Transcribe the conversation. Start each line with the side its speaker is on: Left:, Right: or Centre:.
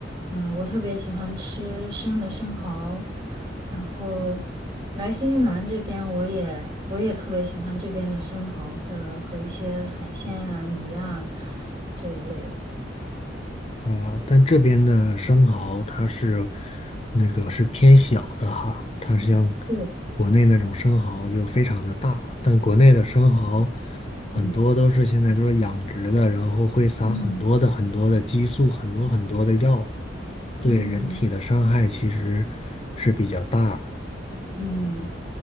Right: 嗯，我特别喜欢吃生的生蚝，然后来新西兰这边，我也我也特别喜欢这边的生蚝和和一些海鲜啊、鱼啊这一类。
Left: 啊，但这边的生蚝它是那个是偏小的哈，它像
Right: 对，
Left: 国内那种生蚝就非常的大，但国内的生蚝很多都是现在都是养殖的，
Right: 嗯。
Left: 然后会撒很多的很多的激素，
Right: 嗯
Left: 很多很多的药，对人体的伤害其实是比较大的
Right: 嗯嗯，